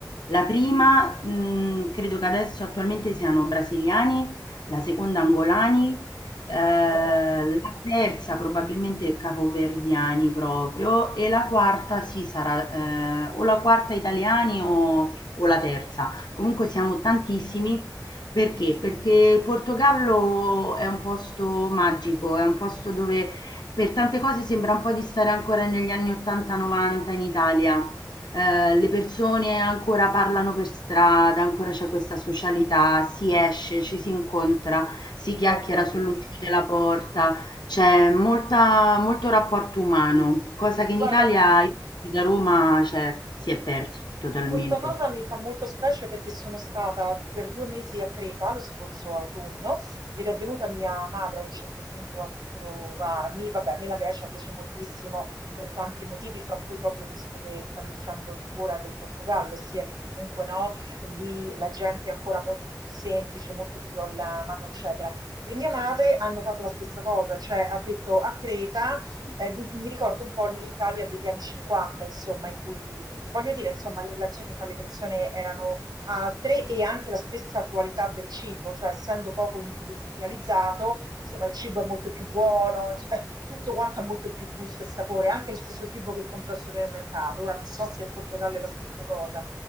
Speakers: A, on the left (about 80°); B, on the right (about 70°).
A: La prima, mh, credo che adesso attualmente siano brasiliani, la seconda
B: Ah,
A: angolani, eh,
B: ma dai,
A: la terza probabilmente capoverdiani proprio e la quarta sì sarà eh, o la quarta italiani o o la terza. Comunque siamo tantissimi perché? Perché il Portogallo è un posto magico, è un posto dove per tante cose sembra un po' di stare ancora negli anni 80-90 in Italia. Eh, le persone ancora parlano per strada, ancora c'è questa socialità, si esce, ci si incontra, si
B: che
A: chiacchiera
B: bello.
A: sull'uscita della porta, c'è molta- molto rapporto umano, cosa che
B: Guarda,
A: in Italia, io da Roma, cioè, si è perso totalmente.
B: Questa cosa mi fa molto specie perché sono stata per due mesi a Creta lo scorso autunno ed è venuta mia madre a un certo punto a trovarmi. Vabbè, a me la Grecia piace moltissimo per tanti motivi, fra cui proprio questo che stavi dicendo tu ora del Portogallo, ossia che comunque no, lì la gente è ancora molto più semplice, molto più alla mano, eccetera. E mia madre ha notato la stessa cosa, cioè ha detto a Creta. Eh, di- mi ricordo un po' l'Italia degli anni 50, insomma, in cui, mh, voglio dire, insomma, le relazioni fra le persone erano altre e anche la stessa qualità del cibo, cioè essendo poco industrializzato, insomma, il cibo è molto più buono, ins- eh, tutto quanto ha molto più gusto e sapore, anche lo stesso cibo che compro al supermercato. Ora non so se in Portogallo è la stessa cosa,